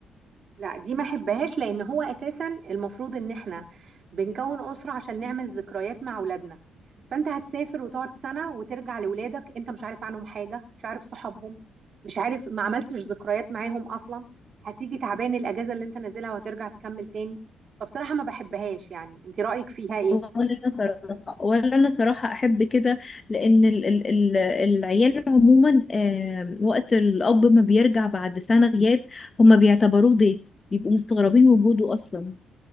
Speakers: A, on the right (about 50°); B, on the left (about 30°).
A: لا دي ما احبهاش لان هو اساسا المفروض ان احنا بنكون اسره عشان نعمل ذكريات مع اولادنا فانت هتسافر وتقعد سنه وترجع لاولادك انت مش عارف عنهم حاجه مش عارف صحابهم مش عارف ما عملتش ذكريات معاهم اصلا هتيجي تعبان الاجازه اللي انت نازلها وهترجع تكمل تاني فبصراحه ما بحبهاش يعني انت رايك فيها ايه
B: ولا انا صراحه ولا انا صراحه احب كده لان ال ال ال العيال عموما آه، وقت الاب ما بيرجع بعد سنه غياب هما بيعتبروه ضيف بيبقوا مستغربين وجوده اصلا